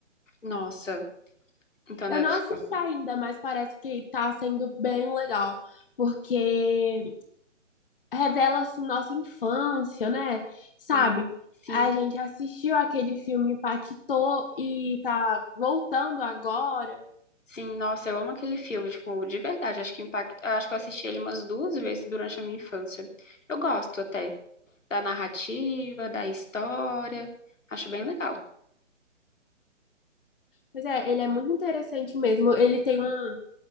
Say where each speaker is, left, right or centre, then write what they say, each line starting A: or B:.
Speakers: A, on the left; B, on the left.
A: Nossa, então
B: Eu
A: deve
B: não
A: ficar
B: assisti
A: bom.
B: ainda, mas parece que tá sendo bem legal, porque revela assim nossa infância, né? Sabe?
A: Ai, sim.
B: A gente assistiu aquele filme impactou e tá voltando agora.
A: Sim, nossa, eu amo aquele filme, tipo, de verdade, acho que impacta, acho que eu assisti ele umas duas vezes durante a minha infância. Eu gosto até da narrativa, da história, acho bem legal.
B: Pois é, ele é muito interessante mesmo. Ele tem um,